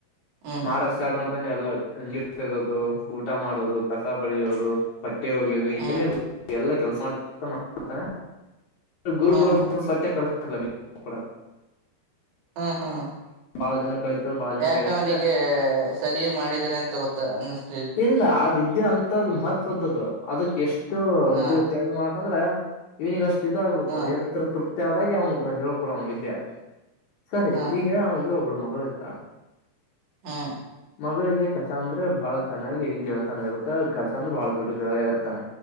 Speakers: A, on the right; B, on the left.
A: ಹ್ಮ್
B: ಮಾಡಕ್ ಸ್ಟಾರ್ಟ್ ಮಾಡ ಎಲ್ಲ ನೀರು ಸೇಡೋದು ಊಟ ಮಾಡೋದು ಕಸ ಬಳಿಯೋದು ಬಟ್ಟೆ ಹೋಗಿಯೋದು
A: ಹ್ಮ್
B: ಏನೇ ಇದ್ರೂ ಎಲ್ಲ ಕೆಲ್ಸ ಮಾಡ್ತಡ್ತಾನ. ಗುರುಗಳು
A: ಹ್ಮ್
B: ಮನ <unintelligible> ಕರ್. <unintelligible>
A: ಹಾ ಹಾ.
B: ಬಾಳ ದಿನ <unintelligible>
A: ಯಾಕ
B: ಕಳಿತದೆ
A: ಅವನಿಗೆ ಸರಿ ಮಾಡಿದ್ರ ಅಂತ ಗೊತ್ತ. ಅನ್ಸುತ್ತ
B: ಇಲ್ಲ ಆ ವಿದ್ಯ ಅಂತ. ಮಹತ್ವದ್ದು ಅದಕ್ಕೆ ಎಷ್ಟು. ಎಸ್ಟು
A: ಹಾ
B: ಇದು ತ್ಯಾಗ ಮಾಡ. ಯಾಂದ್ರೆ ಇವನಿಗಷ್ಟು. ಇದಾಗ್ಬೇಕು
A: ಹಾ
B: ಏನತ್ರ ತ್ರು ಪ್ತಿ ಆದಾಗಿ ಅವ್ನು ಹ ಹೇಳಳ್ಕೊಡೋವನು ವಿದ್ಯ. ಸರಿ
A: ಹಾ
B: ಈಗ ಅವಿಗೆ ಒಬ್ಳು ಮಕ್ಕ. ಇರ್ತ.
A: ಹ್ಮ.
B: ಮಗಳಿಗೆ ಕಚಾ ಅಂದ್ರೆ ಬಹಳ ಚೆನ್ನಾಗಿ ಗೆಳತನ ಇರುತ್ತೆ ಕಚ ಅಂದ್ರೆ ಬಹಳ ದೊಡ್ಡ ಗೆಳಯ ಇರ್ತಾನೆ.